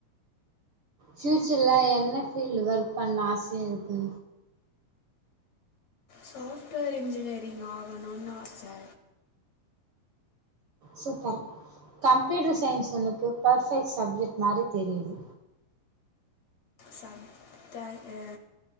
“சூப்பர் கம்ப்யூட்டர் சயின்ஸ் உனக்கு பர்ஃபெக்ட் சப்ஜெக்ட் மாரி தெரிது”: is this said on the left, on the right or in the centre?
Right